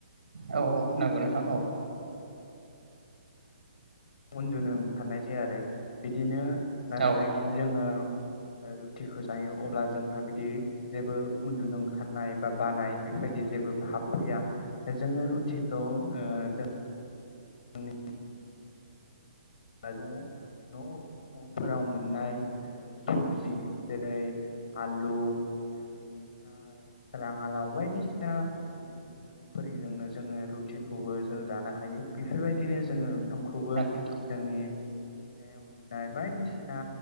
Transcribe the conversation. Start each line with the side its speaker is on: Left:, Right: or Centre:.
Right: औ औ नांगौ नोंथां औ
Left: उन्दुनो ओंखारनाय जाया आरो बिदिनो नाथाय
Right: औ नंगौ
Left: जोङो रुटिखौ जायो अब्ला जोंहा बिदि जेबो उन्दु ओंखारनाय बा बानाय बेफोरबायदि जेबो भाब फैया जोङो रुटिखौ जोंनि न' न'फोराव मोननाय ओ सबजि जेरै आलु ओ बिनिफ्राय राङालाव बायदिसिना मैगं थाइगंफोरजोंनो जोङो रुटिखौबो जों जानो हायो बेफोरबायदिनो जोङो खामखौबो
Right: नोंथां
Left: जोंनि मिथिंगायाव मोननाय बायदिसिना